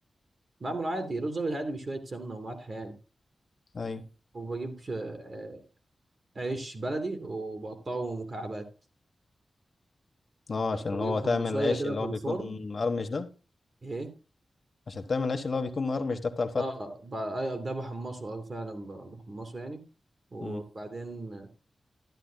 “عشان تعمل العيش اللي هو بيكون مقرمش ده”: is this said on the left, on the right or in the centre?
Left